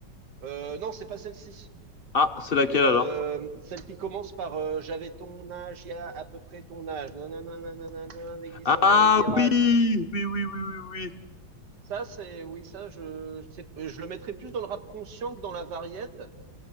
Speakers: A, on the right; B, on the left.
A: euh, non, c'est pas celle-ci.
B: Ah, c'est laquelle
A: C'est euh,
B: alors?
A: celle qui commence par euh, J'avais ton âge, il y a à peu près ton âge. Non, non, non, non, non, non, non, déglissant
B: Ah
A: dans les virages.
B: oui, oui, oui, oui, oui, oui.
A: Ça, c'est oui, ça, je, je, je le mettrais plus dans le rap conscient que dans la variété.